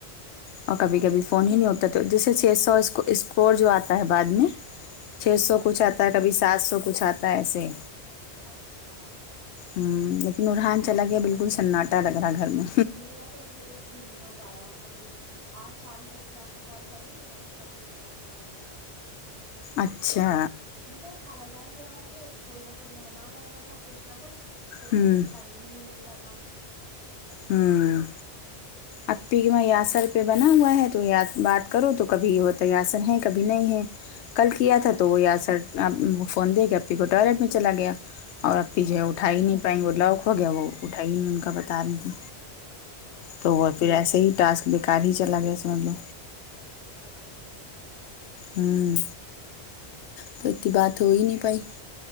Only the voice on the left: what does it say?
اور کبھی
کبھی
فون ہی نہیں اٹھتا تو جیسے چھ سو اسکور جو آتا ہے بعد میں چھ
سو
کچھ آتا ہے کبھی سات سو کچھ آتا ہے ایسے
ہمم لیکن ارحان چلا گیا بالکل سناٹ ٹا لگ رہ گھر میں
اچھا
ہوں
ہمم آپی میں یاسر پے بنا ہوا ہے تو یا بات کرو تو کبھی ہو تو یاسر ہیں کبھی نہیں ہے کل کیا
تھا تو وہ یاسر وہ فون دے کے آپی کو ٹوائلٹ میں چلا گیا اور آپی
جو ہے اٹھا ہی نہیں پائی وہ لوک ہو گیا وہ اٹھا ہی نہیں ان کا بتا رہی تھی
تو وہ پھر ایسے ہی ٹاسک بےکار ہی چلا گیا سمجھ لو
ہمم تو اتنی بات ہوئی نہیں پائی